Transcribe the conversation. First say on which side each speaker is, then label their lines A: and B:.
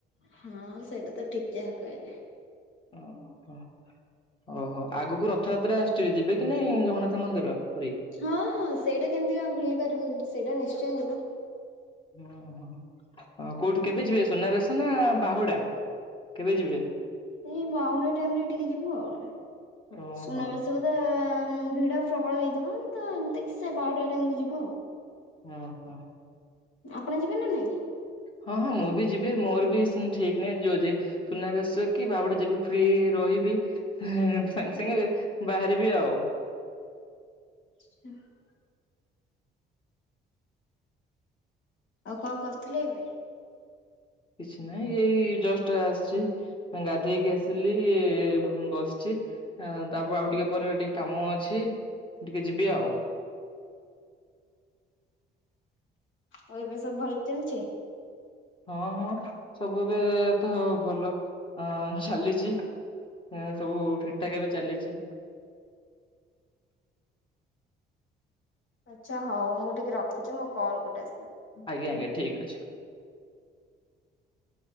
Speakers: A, on the left; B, on the left.
A: ହଁ ସେଇଟା ତ ଠିକ୍ ଯାହା କହିଲେ।
B: ଅ ହଁ। ଓହୋ, ଆଗକୁ ରଥଯାତ୍ରା ଆସୁଛି ଯିବେ କି ନାଇଁ ଜଗନା ନାଥ ମନ୍ଦିର ପୁରୀ?
A: ହଁ ହଁ ସେଇଟା କେମିତି ବା ଭୁଲି ପାରିବୁ ସେଇଟା ନିଶ୍ଚୟ ଯିବୁ।
B: ହୁଁ ହୁଁ। କୋଉଠି କେବେ ଯିବେ ସୁନାବେଶ ନା ବାହୁଡା କେବେ ଯିବେ?
A: ଏଇ ବାହୁଡା ଟାଇମ୍ ରେ ଟିକେ ଯିବୁ ଆଉ।
B: ଓହୋ
A: ସୁନାବେ ସବୁ ତ ଭିଡ଼ ପ୍ରବଳ ହେଇଥିବ, ତ ଦେଖି ସେ ବାହୁଡ଼ା ଟାଇମକୁୁ ଯିବୁ ଆଉ।
B: ଓହୋ।
A: ଆପଣ ଯିବେ ନା ନାଇଁ?
B: ହଁ ହଁ ମୁଁ ବି ଯିବି। ମୋର ବି ସେମତି ଠିକ୍ ନାହିଁ ଯୋଉ ଯେ ସୁନାବେଶ କି ବାହୁଡା ଯେବେ ଫ୍ରି ରହିବି ସାଙ୍ଗେ ସାଙ୍ଗେ ବାହାରିବି ଆଉ।
A: <unintelligible> ଆଉ କଣ କରୁଥିଲେ ଏବେ?
B: କିଛି ନାହିଁ ଏଇ ଜଷ୍ଟ୍ ଆସିଚି। ଗାଧେଇକି ଆସିଲି ବସିଚି। ତାପରେ ଆଉ ଟିକେ ପରେ ଟିକେ କାମ ଅଛି ମୁଁ ଟିକେ ଯିବେ ଆଉ।
A: ଆଉ ଏବେ ସବୁ ଭଲ ଚାଲିଚି?
B: ହଁ ହଁ ସବୁ ଏବେ ତ ଭଲ ଅ ଚାଲିଚି। ହଁ ସବୁ ଠିକ୍ ଠାକ୍ ଏବେ ଚାଲିଚି।
A: ଆଚ୍ଛା ହଉ ମୁଁ ଟିକେ ରଖୁଚି ମୋ କଲ୍ ଗୋଟେ ଆସିଲାଣି।
B: ଆଜ୍ଞା ଆଜ୍ଞା ଠିକ୍ ଅଛି।